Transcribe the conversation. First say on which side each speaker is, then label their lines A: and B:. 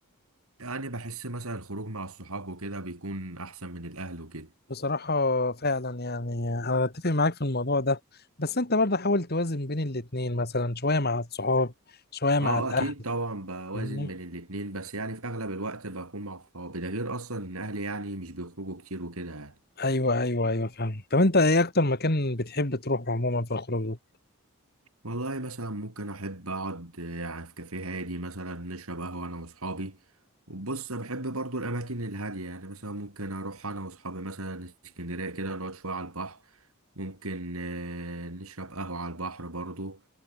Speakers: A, on the right (about 75°); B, on the left (about 45°).
A: يعني بحس مثلا الخروج مع الصحاب وكده بيكون احسن من الاهل وكده
B: بصراحه فعلا يعني انا اتفق معاك في الموضوع ده بس انت برضه حاول توازن بين الاتنين مثلا شويه مع الصحاب شويه مع
A: اه
B: الاهل
A: اكيد طبعا بوازن
B: فاهمني
A: بين الاتنين بس يعني في اغلب الوقت بكون مع صحابي ده غير اصلا ان اهلي يعني مش بيخرجوا كتير وكده يعني
B: ايوه ايوه ايوه فاهم طب انت ايه اكتر مكان بتحب تروح عموما في الخروج
A: والله مثلا ممكن أحب أقعد آه، في كافيه هادي مثلا نشرب قهوة أنا وأصحابي وبص بحب برضو الأماكن الهادية يعني مثلا ممكن أروح أنا وأصحابي مثلا اسكندرية كده نقعد شوية على البحر ممكن آه، نشرب قهوة على البحر برضو